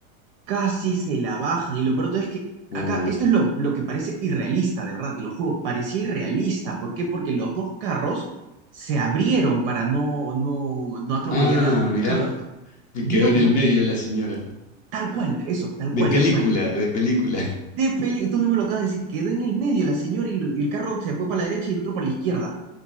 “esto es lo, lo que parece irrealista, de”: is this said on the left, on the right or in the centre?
Right